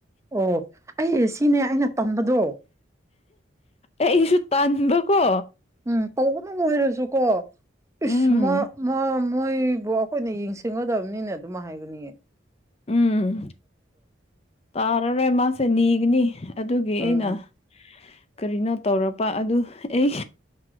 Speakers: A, on the right; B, on the left.
A: ꯑꯣ ꯑꯩꯌꯦ ꯁꯤꯅꯦ ꯑꯩꯅ ꯇꯝꯕꯗꯣ
B: ꯑꯩꯁꯨ ꯇꯥꯟꯕ ꯀꯣ
A: ꯎꯝ ꯇꯧꯕꯗꯪ ꯑꯣꯏꯔꯁꯨ ꯀꯣ
B: ꯎꯝ
A: ꯏꯁ ꯃꯥ ꯃꯥ ꯃꯣꯏꯕꯨ ꯑꯈꯣꯏꯅ ꯌꯦꯡꯁꯤꯒꯗꯕꯅꯤꯅ ꯑꯗꯨꯝ ꯍꯥꯏꯕꯅꯤ
B: ꯎꯝ ꯇꯥꯔꯔꯣꯏ ꯃꯥꯁꯦ ꯅꯤꯒꯅꯤ ꯑꯗꯨꯒꯤ ꯑꯩꯅ
A: ꯎꯝ
B: ꯀꯔꯤꯅꯣ ꯇꯧꯔꯛꯄ ꯑꯗꯨ ꯑꯩ